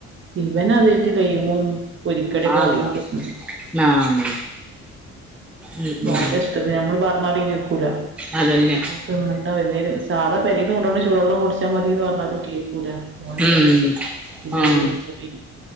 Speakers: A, on the right (about 40°); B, in the centre.
A: ഇവൻ അറയതിലിപൊ പൊരികടിയൊക്കെ
B: അള്ളാ
A: വാങ്ങി തിന്നു
B: ആഹ് ഉം ഉം
A: ഓന്റെഷ്ടത്തിന് ഞമ്മള് പറഞ്ഞാലും കേക്കൂല
B: അതന്നെ
A: തിന്നട്ട <unintelligible> സാധാ പെരേന്ന്കൊണ്ടുപോണ ചൂടു വെള്ളം കുടിച്ചാ മതിന്ന് പറഞ്ഞാല കേ ന്റാ ഓനത്
B: ഉം
A: പിന്നതങ്ങനെ
B: ആഹ്
A: കൂടി